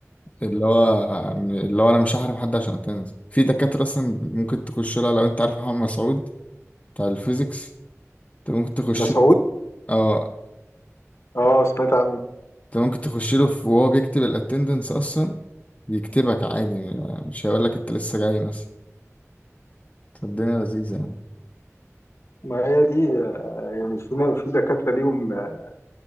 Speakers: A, on the left; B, on the left.
A: اللي هو اللي هو أنا مش هحرم حد عشان أتنس في دكاترة أصلا ممكن تخش لها لو أنت عارف محمد مسعود بتاع الفيزيكس أنت ممكن تخش
B: مسعود
A: له أه
B: اه سمعت عنه
A: أنت ممكن تخش له في- وهو بيكتب الأتندنس أصلا يكتبك عادي مش هيقول لك أنت لسه جاي مثلا فالدنيا لذيذة يعني
B: ما هي دي آه، يعني في في دكاترة ليهم آه،